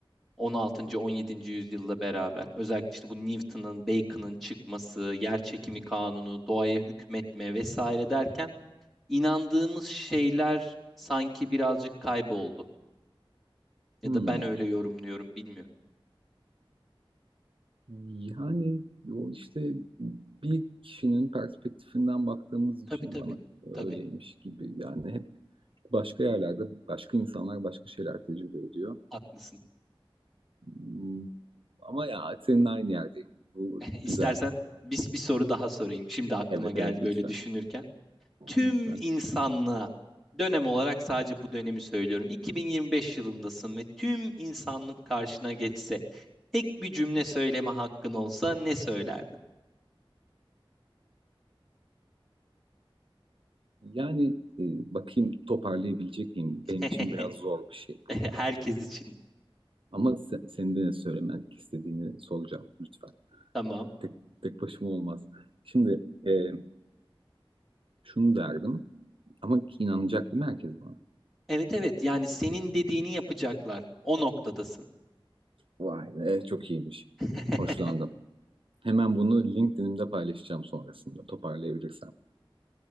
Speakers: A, in the centre; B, on the right.
A: 16. 17. yüzyılla beraber özellikle işte bu Newton'ın, Bacon'ın çıkması, yer çekimi kanunu, doğaya hükmetme vesaire derken inandığımız şeyler sanki birazcık kayboldu. Ya
B: Hmm.
A: da ben öyle yorumluyorum bilmiyorum.
B: Yani o işte bir kişinin perspektifinden baktığımız
A: Tabii
B: için
A: tabii.
B: bana öyleymiş
A: Tabii
B: gibi yani hep başka yerlerde başka insanlar başka şeyler tecrübe ediyor.
A: haklısın.
B: Hmm, Ama ya senin aynı yerdeyim. Bu
A: <laughs> İstersen
B: güzel.
A: biz bir soru daha sorayım. Şimdi aklıma
B: Evet
A: geldi
B: evet
A: böyle
B: lütfen.
A: düşünürken. tüm
B: Lütfen.
A: insanlığa dönem olarak sadece bu dönemi söylüyorum. 2025 yılındasın ve tüm insanlık karşına geçse tek bir cümle söyleme hakkın olsa ne söylerdin?
B: Yani e, bakayım toparlayabilecek miyim?
A: <laughs>
B: Benim için biraz zor bir şey bu.
A: Herkes için.
B: Ama sen, senin de ne söylemek istediğini soracağım lütfen.
A: Tamam.
B: Tek, tek başıma olmaz. Şimdi e, şunu derdim ama inanacak değil mi herkes bana?
A: Evet evet yani senin dediğini yapacaklar. O noktadasın.
B: Vay be çok iyiymiş.
A: <laughs>
B: Hoşlandım. Hemen bunu LinkedIn'imde paylaşacağım sonrasında toparlayabilirsem.